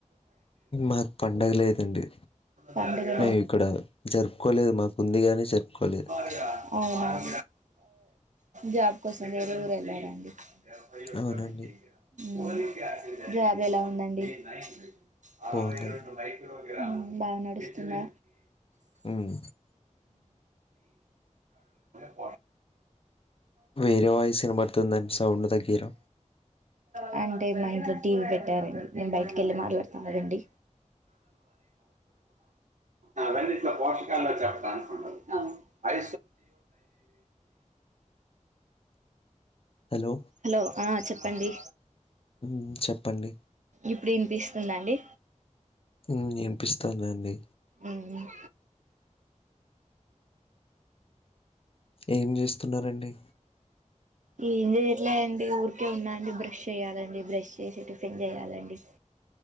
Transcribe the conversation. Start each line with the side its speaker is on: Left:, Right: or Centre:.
Left: మాకు పండగ లేదండి
Right: పండగా
Left: మేము ఇక్కడ జరుపుకోలేదు మాకు ఉంది గాని జరుపుకోలేదు
Right: లేధా అవునా ఆ జాబ్ కోసం వేరే వేరు వెల్లారా అండీ ఎ రక్క
Left: అవునండి
Right: <unintelligible> విజయి హ్మ్ జాబ్ ఎలా ఉందండి <unintelligible>
Left: బాగుందండి
Right: బాగా నడుస్తుందా
Left: ఉమ్
Right: ఉమ్ <unintelligible>
Left: వేరే వాయిస్ వినబడుతుందండి సౌండ్ తగ్గిరా
Right: ఐ అంటే మా ఇంట్లో టీవీ పెట్టరండి. నేను బయటకి వెళ్ళి మాట్లాడుతా ఆగండి. అవన్నిట్లో పోషకాల్లో చెప్తాను. అ
Left: హలో
Right: హలో ఆ చెప్ప ప్పండి
Left: ఉమ్ చెప్పండి
Right: ఇప్పుడు వినిపిస్తుందండి
Left: ఉం ఏంపిస్తుందండి
Right: ఉమ్
Left: ఏం జేస్ తున్నారండి
Right: ఏం చేయట్లేండి ఊరికే ఉన్నా అండి బ్రష్ చెయ్యాలండి బ్రష్ చేసి టిఫిన్ చేయాలండి.